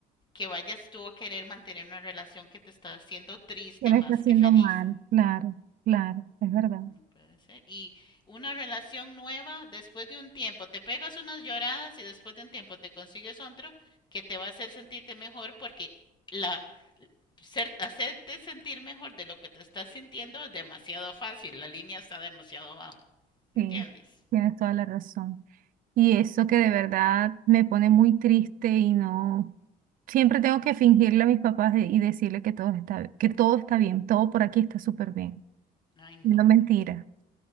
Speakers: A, on the left; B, on the right.
A: que vayas tú a querer mantener una relación que te está haciendo triste
B: que lo
A: más
B: está haciendo
A: que feliz.
B: mal? Claro, claro, es verdad.
A: No puede ser. Y una relación nueva, después de un tiempo, te pegas unas lloradas y después de un tiempo te consigues otro que te va a hacer sentirte mejor porque la ser, hacerte sentir mejor de lo que te estás sintiendo es demasiado fácil, la línea está demasiado abajo, ¿entiendes?
B: Sí, tienes toda la razón. Y eso que de verdad me pone muy triste y no, siempre tengo que fingirle a mis papás de- y decirle que todo está, que todo está bien, todo por aquí está súper bien.
A: Ay, no.
B: No mentira.